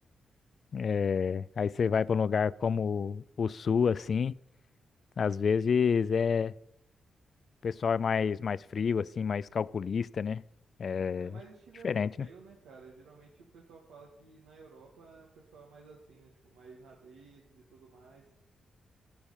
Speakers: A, on the left; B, on the right.
A: É, aí você vai para um lugar como o sul, assim, às vezes é, o pessoal é mais, mais frio, assim, mais calculista, né? É
B: É mais estilo
A: diferente,
B: europeu,
A: né?
B: né, cara? Geralmente o pessoal fala que na Europa é o pessoal é mais assim, né? Tipo, mais na deles e tudo mais.